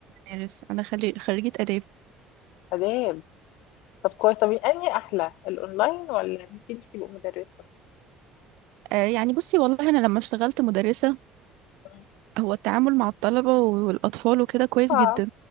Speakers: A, on the right; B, on the left.
A: مدارس انا خري- خريجة اداب
B: اداب طب كويس طب انهي احلى الاونلاين ولا انك انت تبقي مدرسه
A: أه يعني بصي والله انا لما اشتغلت مدرسة
B: مم.
A: هو التعامل مع الطلبة والاطفال وكده كويس
B: صعب
A: جدا